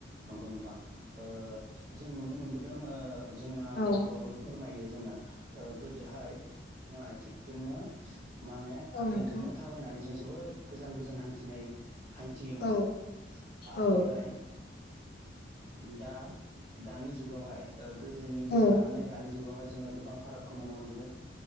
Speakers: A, on the right (about 45°); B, on the left (about 55°).
A: नंगौ नोंथां ओ जों नुनो मोनबोदों ओ जोंना आबै
B: औ
A: आबौआबो फोरमायो। जोंना ओ गोदोहाय जोङो आथिंजोंनो माने
B: औ
A: आथिंजोंनो
B: नोंथां
A: थाबायनानै जों जोबोद गोजान गोजान हान्थिनाय हान्थियोमोन
B: औ
A: आ
B: औ
A: ओमफ्राय दा दानि जुगावहाय ओ गोदोनिदो
B: औ
A: लानानै दानि जुगावहाय जोङो गोबां फारागखौ नुनो मोनबोदों।